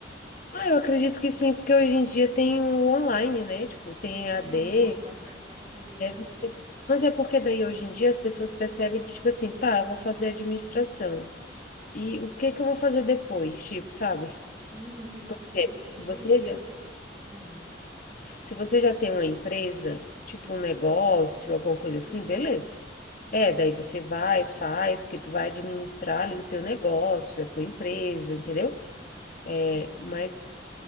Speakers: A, on the left; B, on the right.
A: Ah, eu acredito que sim, porque hoje em dia tem o online, né? Tipo, tem
B: É,
A: EAD,
B: então, dá pra, dá pra fazer EAD.
A: deve ser. Mas é porque daí hoje em dia as pessoas percebem que, tipo assim, tá, eu vou fazer administração. E o que que eu vou fazer depois? Tipo, sabe?
B: Uhum.
A: Por exemplo,
B: Eu,
A: se
B: eu
A: você
B: percebo.
A: já
B: Hum,
A: Se você já tem uma empresa, tipo um negócio, alguma coisa
B: isso
A: assim,
B: que eu ia
A: beleza.
B: falar.
A: É, daí você vai, faz, porque tu vai administrar ali o teu negócio, a tua empresa, entendeu? É,
B: Sim,
A: Mas